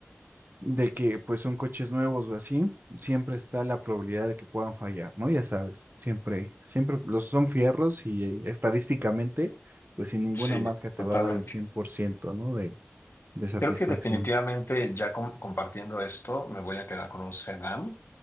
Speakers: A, on the right (about 45°); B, on the left (about 55°).
A: de que pues son coches nuevos o así, siempre está la probabilidad de que puedan fallar, ¿no? Ya sabes, siempre, siempre los son fierros y eh, estadísticamente, pues sin ninguna
B: Sí,
A: marca te
B: totalmente.
A: va a dar el cien por ciento ¿no? De, de satisfacción.
B: Creo que definitivamente ya com- compartiendo esto, me voy a quedar con un sedán